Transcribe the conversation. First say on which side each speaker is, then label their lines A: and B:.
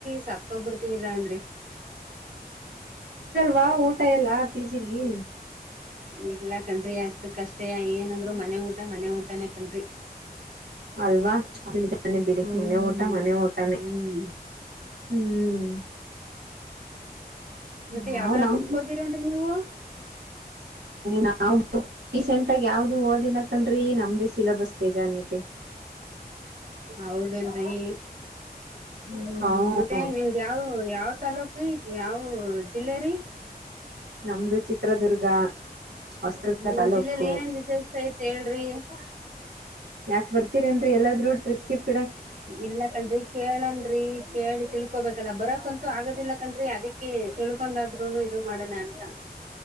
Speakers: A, on the right; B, on the right.
A: ಸಾಕ್ತೋಗ್ಬಿಡ್ತವಿಲ್ಲಾ ಅಂದ್ರೆ
B: ವಾ ಊಟ ಎಲ್ಲಾ ಪಿಜಿಲಿ
A: ಇಲ್ಲಾ ಕಣ್ರಿ ಅಷ್ಟು ಕಷ್ಟೆ ಏನಂದ್ರು ಮನೆ ಊಟ ಮನೆ ಊಟನೇ ಕಣ್ರಿ
B: ಅಲ್ವಾ ನಿ ಬಿಡಿ
A: ಹ್ಮ್
B: ಮನೆ ಊಟ ಮನೆ ಊಟಾನೇ
A: ಹ್ಮ್
B: ಹ್ಮ್
A: ಮತ್ತೆ
B: ನಾವ್
A: ಯಾವ್ದಾರ
B: ನಮ್
A: ಪುಸ್ತಕ ಹೋದಿರಿನ್ರಿ ನೀವು
B: ನಾವು ರೀಸೆಂಟ್ ಆಗ ಯಾವ್ದು ಓದಿಲ್ಲಕಂಡ್ರಿ ನಮ ದಸ ಸಿಲಬಸ್ ಬಹಳ ಇದೆ.
A: ಹೌದೇನ್ರಿ ಹ್ಮ್
B: ಹ್ಮ
A: ಮತ್ತೆ ನಿಮ್ದ್ ಯಾವ ಯಾವ್ ತಾಲೂಕಿ ಯಾವ ಜಿಲ್ಲೇರಿ
B: ನಮ್ದು ಚಿತ್ರದುರ್ಗ ಹೊಸದುರ್ಗ
A: ನಿಮ್ಮ
B: ತಾಲೂಕು
A: ಜಿಲ್ಲೆಯಲ್ಲಿ ಏನೇನು ವಿಶೇಷತೆಗಳಿವೆ ಹೇಳಿ. ಹಾ <inaudible>
B: ಯಾಕ! ಬರ್ತೀರಿೇನ್ರಿ, ಎಲ್ಲಾದ್ರೂ? ಟ್ರಿಪ್ಗೆ. <inaudible>
A: ಇಲ್ಲ, ಕಣ್ರೀ ಕೇಳನ್ರಿ, ಕೇಳಿ? <inaudible> ತಿಳ್ಕೋಬೇಕಲ್ಲ! ಬರಕಂತೂ? ಆಗೋದಿಲ್ಲ ಕಂಡ್ರಿ, ಅದಕ್ಕೆ! ತಿಳ್ಕೊೊಂಡಾದ್ರುನು, ಇದು ಮಾಡೋಣ? ಅಂತ. <unintelligible>